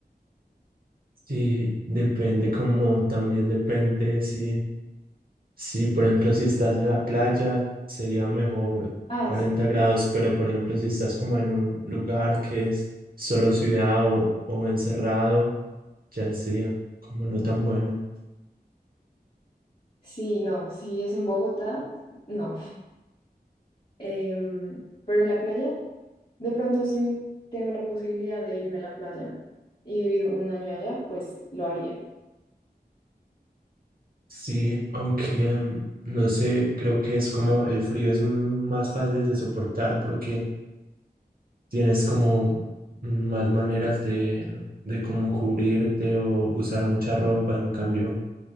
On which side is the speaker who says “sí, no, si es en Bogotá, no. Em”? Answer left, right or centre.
Left